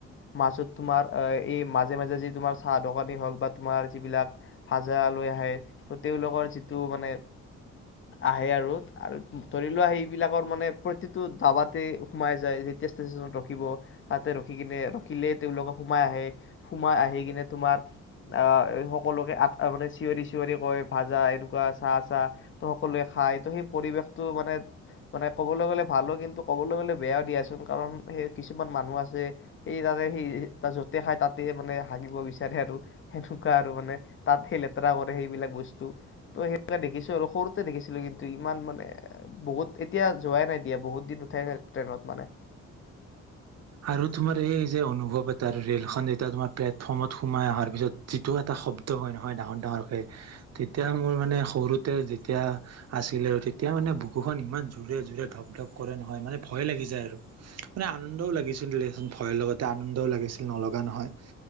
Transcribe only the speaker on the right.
আৰু তোমাৰ এই যে অনুভৱ এটা আৰু ৰেলখন যেতিয়া তোমাৰ প্লেটফৰ্মত সোমাই অহাৰ পিছত যিটো এটা শব্দ হয় নহয় ডাঙৰ ডাঙৰকে, তেতিয়া মোৰ মানে সৰুতে যেতিয়া আছিল আৰু তেতিয়া মানে বুকুখন ইমান জোৰে জোৰে ধপ ধপ কৰে নহয় মানে ভয় লাগি যায় আৰু, মানে আনন্দও লাগিছে। ভয় লগতে আনন্দও লাগিছিল নলগা নহয়।